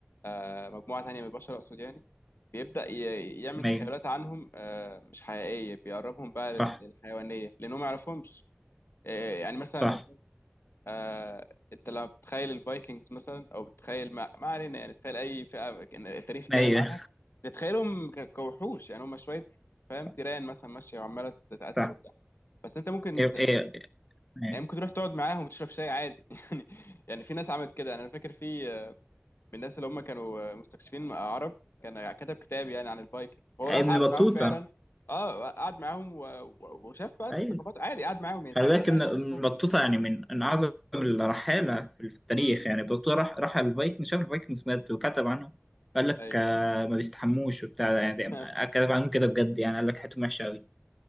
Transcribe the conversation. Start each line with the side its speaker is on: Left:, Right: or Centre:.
Left: آه، مجموعة تانية من البشر أقصد يعني بيبدأ ي- يعمل
Centre: أيوة
Left: تخيلات عنهم آه، مش حقيقية بيقربهم بقى لل-
Centre: صح
Left: للحيوانية لأنهم ما يعرفهمش آه، يعني مثلا
Centre: صح
Left: مثلا آه، انت لما بتتخيل الفايكنجز مثلا او بتتخيل ما, ما علينا يعني تخيل اي فئه كان التاريخ اتكلم
Centre: أيوة
Left: عنها بتتخيلهم ك- كوحوش يعني هم شويه فاهم
Centre: صح
Left: تيران مثلا ماشيه وعماله تقتل
Centre: صح
Left: وبتاع بس انت ممكن
Centre: إيه إيه إيه.
Left: يعني ممكن تروح تقعد معاهم وتشرب شاي عادي <laughs> يعني يعني في ناس عملت كده يعني انا فاكر في آه، من الناس اللي هم كانوا آه، مستكشفين آه، عرب كان كتب كتاب يعني عن الفايكنج فهو
Centre: ابن
Left: راح قعد
Centre: بطوطة
Left: معاهم فعلا اه قعد معاهم و- و- وشاف بقى
Centre: أيوه
Left: ثقافات عادي قعد معاهم يعني
Centre: خلي
Left: كانه
Centre: بالك
Left: كان
Centre: إن
Left: عايش
Centre: ابن
Left: في وسطهم
Centre: بطوطة يعني من من أعظم الرحالة في التاريخ
Left: امم
Centre: يعني بطوطة راح راح الفايكنج شاف الفايكنجز مات وكتب عنه قال لك
Left: ايوه
Centre: آه، ما بيستحموش وبتاع يعني
Left: <laughs>
Centre: ده- يعني. كتب عنهم كده بجد يعني قال لك حياتهم وحشة أوي